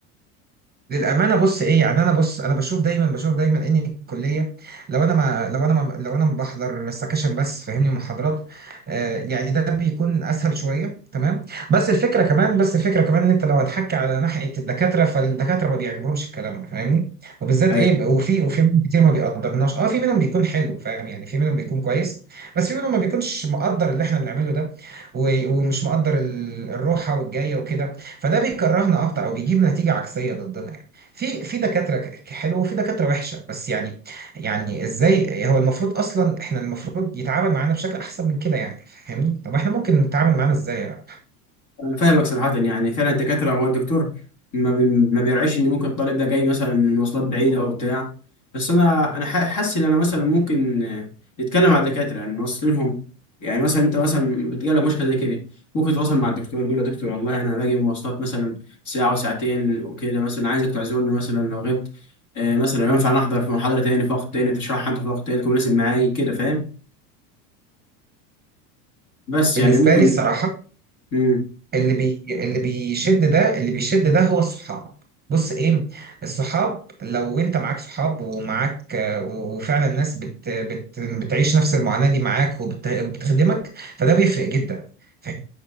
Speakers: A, on the right; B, on the left.
A: للامانه بص ايه يعني انا بص انا بشوف دايما بشوف دايما ان الكليه لو انا ما لو انا ما لو انا ما بحضر سكاشن بس فاهمني محاضرات آه يعني ده بيكون اسهل شويه تمام بس الفكره كمان بس الفكره كمان ان انت لو هتحكي على ناحيه الدكاتره فالدكاتره ما بيعجبهمش الكلام ده فاهمني وبالذات
B: ايوه
A: ايه وفي وفي منهم كتير ما بيقدرناش اه في منهم بيكون حلو فاهم يعني في منهم بيكون كويس بس في منهم ما بيكونش مقدر اللي احنا بنعمله ده و- ومش مقدر ال- الروحه والجايه وكده فده بيكرهنا اكتر او بيجيب نتيجه عكسيه ضدنا يعني. في في دكاترة ك- حلوة وفي دكاترة وحشة بس يعني يعني ازاي هو المفروض اصلا احنا المفروض يتعامل معانا بشكل احسن من كده يعني فاهمني طب احنا ممكن نتعامل معانا ازاي يعني؟
B: أنا فاهمك صراحة يعني فعلا الدكاترة هو الدكتور ما, بي... ما بيرعيش إن ممكن الطالب ده جاي مثلا من مواصلات بعيدة أو بتاع بس أنا أنا ح- حاسس إن أنا مثلا ممكن آه، نتكلم مع الدكاترة يعني نوصل لهم يعني مثلا أنت مثلا بتجيلك مشكلة زي كده ممكن تتواصل مع الدكتور يقول له يا دكتور والله أنا باجي من مواصلات مثلا ساعة وساعتين وكده مثلا عايزك تعذرني مثلا لو غبت آه، مثلا ينفع أنا أحضر في محاضرة تاني في وقت تاني تشرحها أنت في وقت تاني تكون مناسب معايا كده فاهم بس
A: بالنسبة
B: يعني ممكن
A: لي الصراحة
B: مم.
A: اللي بي اللي بيشد ده اللي بيشد ده هو الصحاب بص ايه الصحاب لو انت معاك صحاب ومعاك آه، و- وفعلا الناس بت بت بتعيش نفس المعاناة دي معاك وبتخدمك فده بيفرق جدا فاهم؟